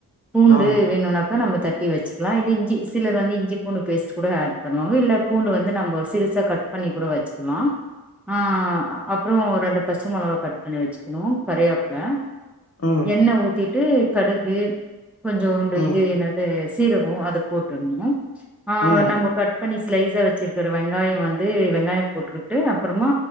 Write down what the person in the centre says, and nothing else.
பூண்டு
வேணும்னா நம்ம தட்டி வச்சுக்லா இல்ல இஞ்சி சிலர் வந்து இஞ்சி பூணு பேஸ்ட் கூட ஆட் பண்ணுவாங்க இல்ல பூண்டு வந்து நம்ம சிறுசா கட் பண்ணி கூட வச்சுக்லா ஆ அப்றோ ரெண்டு பச்ச மிளகா கட் பண்ணி வச்சிக்னு கரிவேப்ல
எண்ண ஊத்திட் டு கடுகு கொஞ்சோன்டு
இது என்னது சீரகோ அது போட்டுட்ணு அ
நம்போ கட் பண்ணி ஸ்லைஸா வெச்சிர்க்குற வெங்காய் வந்து வெங்காய போட்டுக்குட்டு அப்புறமா